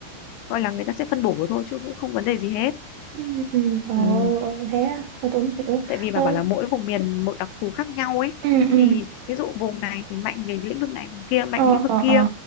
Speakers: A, on the left; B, on the right.
A: gọi là người ta sẽ phân bổ thôi chứ cũng không vấn đề gì hết
B: ừ ừ ờ
A: ừ.
B: ờ, thế à ờ, tôi không hiểu
A: tại vì bà
B: ờ
A: bảo là mỗi vùng miền một đặc thù khác nhau ấy
B: ừ
A: thì
B: ừ
A: ví dụ vùng này thì mạnh về lĩnh vực này vùng kia mạnh
B: ờ
A: lĩnh vực
B: ờ
A: kia
B: ờ